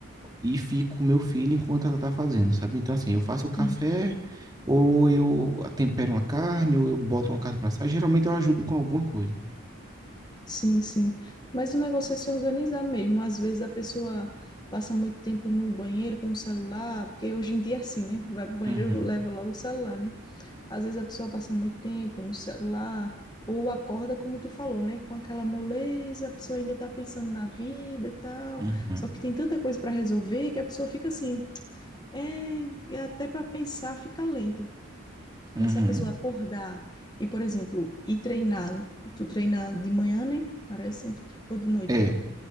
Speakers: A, on the right; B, on the left.
A: e fico com meu filho enquanto ela tá fazendo, sabe? Então, assim, eu faço o café,
B: Sim.
A: ou eu tempero uma carne, ou eu boto uma carne para assar. Geralmente eu ajudo com alguma coisa.
B: Sim, sim. Mas o negócio é se organizar mesmo. Às vezes a pessoa passa muito tempo no banheiro com o celular, porque hoje em dia é assim, né? Vai pro banheiro,
A: Uhum,
B: leva logo o celular, né? Às vezes a pessoa passa muito tempo no celular, ou acorda, como tu falou, né? Com aquela moleza, a pessoa ainda tá pensando na vida, e tal.
A: uhum.
B: Só que tem tanta coisa para resolver que a pessoa fica assim, é, e até para pensar fica lento.
A: Uhum.
B: Mas se a pessoa acordar e, por exemplo, ir treinar, tu treina de manhã, né? Parece, tu tre- ou de noite?
A: É.